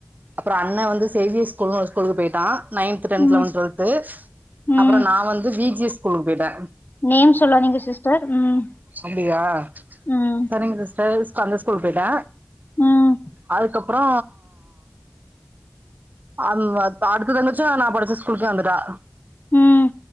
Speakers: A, on the right; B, on the left.
A: அப்றோ அண்ண வந்து சேவியர் ஸ்கூல்ன்னு ஒரு ஸ்கூலுக்கு போயிட்டான் நைன்த், டென்த்,
B: ம்
A: லெவன்த், டுவெல்த்
B: ம்
A: அப்றோ நா வந்து வி ஜி ஸ் ஸ்கூலுக்கு போயிட்டே
B: நேம் சொல்லாதீங்க சிஸ்டர் ம்
A: அப்டியா
B: ம்
A: செரிங்க சிஸ்டர் ஸ்க அந்த ஸ்கூல்க்கு போயிட்டே
B: ம்
A: அதுக்கப்றோ ம் அடுத்த தஞ்சுசா நா படிச்ச ஸ்கூலுக்கே வந்துட்டா
B: ம்